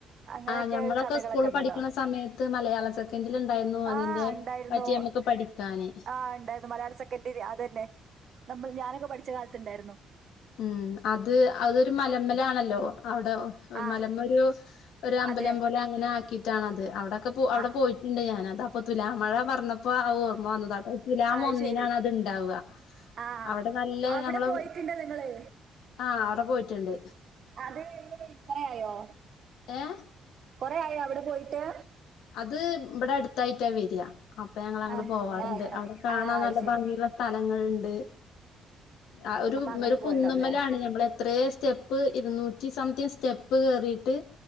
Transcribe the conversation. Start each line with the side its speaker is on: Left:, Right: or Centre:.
Right: അങ്ങനെക്കെ
Left: ആഹ് ഞമ്മളൊക്കെ
Right: ഒരു കഥകളൊക്കെ
Left: സ്കൂളിൽ
Right: ണ്ടല്ലോ
Left: പഠിക്ക്ണ സമയത്ത് മലയാള സെക്കൻഡിൽ ഇണ്ടായിരുന്നു അതിന്റെ
Right: ആ ഇണ്ടായിരുന്നു
Left: പറ്റി നമ്മക്ക് പഠിക്കാന്
Right: ആ ണ്ടായിരുന്നു മലയാളം സെക്കന്റിൽ അതന്നെ നമ്മൾ ഞാനൊക്കെ പഠിച്ച കാലത്ത് ഇണ്ടായിരുന്നു
Left: മ് അത് അതൊരു മലമ്മലാണല്ലോ അവിടെ
Right: ആ
Left: മലമ്മൊരു ഒരു അമ്പലം
Right: അതെ
Left: പോലങ്ങന കിട്ടാണ് അത് അവിടെ കപ്പോ അവിടെ
Right: ആ
Left: പോയിട്ട്ണ്ട് ഞാന് അത് അപ്പൊ തുലാമഴ പറഞ്ഞപ്പോ ആ ഓർമ്മ വന്നതാണ് തുലാം
Right: അത്
Left: ഒന്നിനാണത്
Right: ശരി
Left: ഇണ്ടാവ
Right: ആ
Left: അവിടെ നല്ല
Right: അവിടെ
Left: നമ്മള
Right: പോയിട്ടുണ്ടോ നിങ്ങള്
Left: ആ അവിടെ പോയി ട്ടുണ്ട്
Right: അത് എങ്ങനെ ഇത്രയായോ
Left: ഏ
Right: കോറേ ആയോ അവിടെ പോയിട്ട്
Left: അത് ഇവിടെ അടുത്തായിട്ടാ വരാ അപ്പൊ ഞങ്ങളങ്ങട്ടട്
Right: ആ
Left: പോവാറുണ്ട്
Right: ആ ആ
Left: അവിടെ കാണാൻ
Right: ആ, അത്
Left: നല്ല
Right: ശരി
Left: ഭംഗിയുള്ള സ്ഥലങ്ങള്ണ്ട് ആ ഒരു
Right: അപ്പൊ അങ്ങനെ
Left: ഒരു
Right: പോയതാവൂലേ
Left: കുന്നമ്മലാണ് ഞമ്മള് എത്രേ സ്റ്റെപ്പ് ഇരുന്നൂറ്റി സംതിങ് സ്റ്റ സ്റ്റെപ്പ് കയറിയിട്ട്